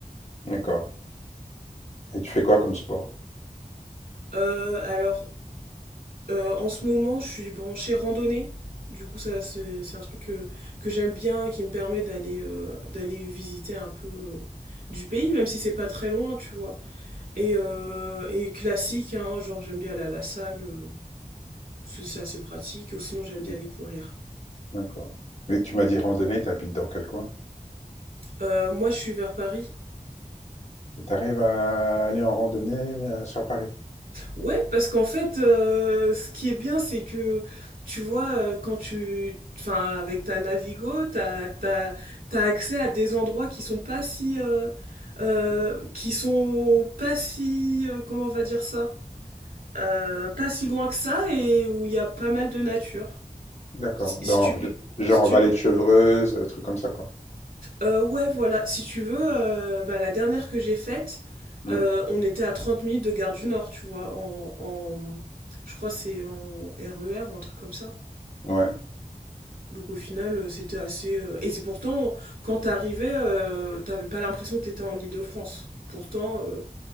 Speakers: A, on the left; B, on the right.
A: D'accord. Et tu fais quoi comme sport?
B: Euh, alors, euh, en ce moment, je suis branchée randonnée. Du coup, ça, c'est c'est un truc que, que j'aime bien, qui me permet d'aller euh, d'aller visiter un peu euh, du pays, même si c'est pas très loin, tu vois. Et, euh, et classique, hein, genre j'aime bien aller à la salle, euh, c'est c'est assez pratique, ou sinon j'aime bien
A: Mmh,
B: aller courir.
A: d'accord. Mais tu m'as dit randonnée, tu habites dans quel coin?
B: Euh, moi je suis vers Paris.
A: Tu arrives à aller en randonnée euh, sur Paris?
B: Ouais, parce qu'en fait, euh, ce qui est bien, c'est que tu vois, euh, quand tu. Enfin, avec ta Navigo, t'as, t'as, t'as accès à des endroits qui sont pas si. euh, euh, qui sont pas si. euh, comment on va dire ça? Euh, pas si loin que ça et où il y a pas mal de nature.
A: D'accord.
B: Si,
A: Dans,
B: si tu
A: je-
B: veux.
A: genre
B: Si
A: en
B: tu
A: vallée de Chevreuse, euh, truc comme ça, quoi.
B: Euh, ouais, voilà. Si tu veux, euh, bah, la dernière que j'ai faite,
A: Mmh.
B: euh, on était à 30 minutes de Gare du Nord, tu vois, en, en- je crois que c'est en RER ou un truc comme ça.
A: Ouais.
B: Donc au final, euh, c'était assez... euh, Et c'est pourtant, quand t'arrivais, euh, t'avais pas l'impression que t'étais en Île-de-France. Pourtant, euh,